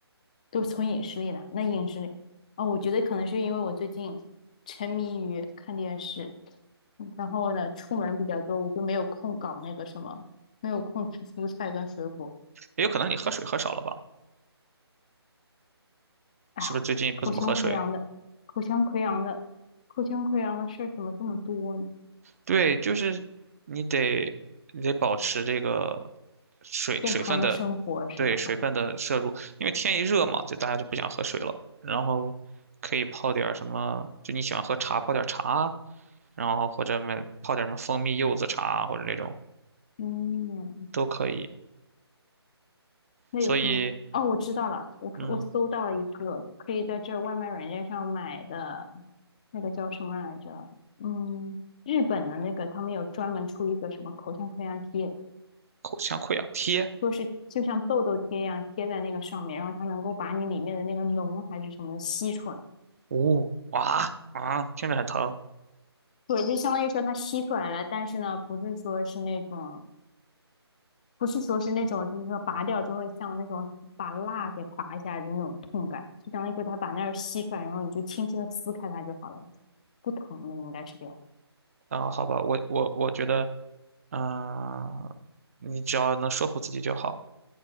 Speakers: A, on the left (about 15°); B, on the right (about 35°).
A: 都是从饮食里来。那饮食里，哦，我觉得可能是因为我最近沉迷于看电视，嗯然后呢，出门比较多，我就没有空搞那个什么，没有空吃蔬菜跟水果。
B: 也有可能你喝水喝少了吧？
A: 哎，
B: 是不是最近不怎么喝水？
A: 口腔溃疡的，口腔溃疡的，口腔溃疡的事儿怎么这么多呢？
B: 对，就是你得你得保持这个水水分的，
A: 健康的生活是吧？
B: 对水分的摄入，因为天一热嘛，就大家就不想喝水了。然后可以泡点儿什么，就你喜欢喝茶，泡点儿茶，然后或者买泡点儿什么蜂蜜柚子茶或者那种
A: 嗯，
B: 都可以。
A: 那有什么？
B: 所以，
A: 哦，我知道了，我可我搜到了一个可以在这外卖软件上买的，
B: 嗯，
A: 那个叫什么来着？嗯，日本的那个，他们有专门出一个什么口腔溃疡贴，
B: 口腔溃疡贴，
A: 说是就像痘痘贴一样贴在那个上面，然后它能够把你里面的那个脓还是什么的吸出来。
B: 呜哇啊，听着很疼
A: 对，就相当于说它吸出来了，但是呢，不是说是那种不是说是那种，就是说拔掉之后像那种把蜡给拔下来的那种痛感，就相当于说它把那儿吸出来，然后你就轻轻的撕开它就好了，不疼的应该是这样。
B: 啊。好吧，我我我觉得，嗯、你只要能说服自己就好。